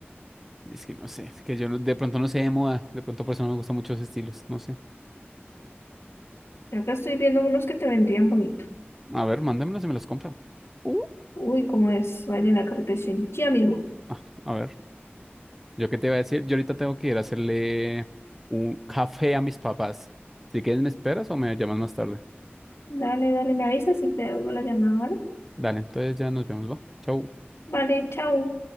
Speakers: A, in the centre; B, on the left.
A: Es que no sé, es que yo no- de pronto no sé de moda. De pronto por eso no me gustan muchos estilos, no sé.
B: Y acá estoy viendo unos que te vendrían bonito.
A: A ver, mándamelos y me los compro. Uh,
B: Uy, como es, vaya en la carretera ya mismo.
A: ah, a ver. Yo qué te iba a decir, yo ahorita tengo que ir a hacerle un café a mis papás. Si quieres, ¿me esperas o me llamas más tarde?
B: Dale, dale, me avisas y te devuelvo la llamada, ¿vale?
A: Dale, entonces ya nos vemos, ¿va? Chau.
B: Vale, chao.